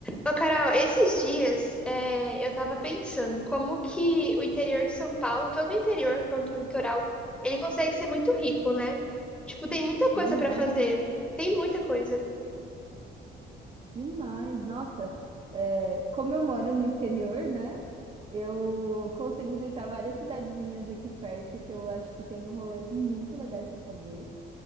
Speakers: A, in the centre; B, on the right (about 35°).
A: Ô, Carol, esses dias é, eu tava pensando como que o interior de São Paulo, tanto o interior quanto o litoral, ele consegue ser muito rico, né? Tipo, tem muita coisa
B: Demais,
A: pra fazer. Tem muita coisa.
B: demais. Nossa, é, como eu moro no interior, né? Eu consigo visitar várias cidadezinhas aqui perto que eu acho que tem rolês muito legais para fazer,